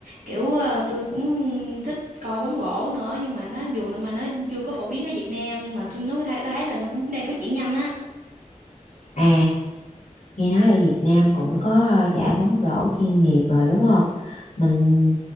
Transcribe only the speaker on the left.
À. Nghe nói ở Việt Nam cũng có ờ, giải bóng rổ chuyên nghiệp rồi đúng không? Mình